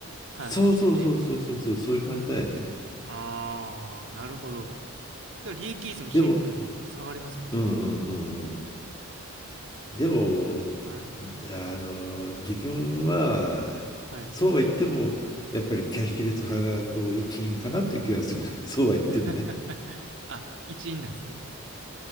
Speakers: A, on the right; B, on the left.
A: 話ですもんね。
B: そうそうそうそうそうそう、そういう感じだよね。
A: あー、なるほど。だから利益率もシンプルに下がりますもんね。
B: でも、うんうんうんうん。でも、
A: はい。
B: あの、自分は、
A: はい。
B: そうは言っても、やっぱりキャッシュレス派の一員かなって気がする。<laughs> そうは言ってもね。
A: <laughs> あ、一員なんですね。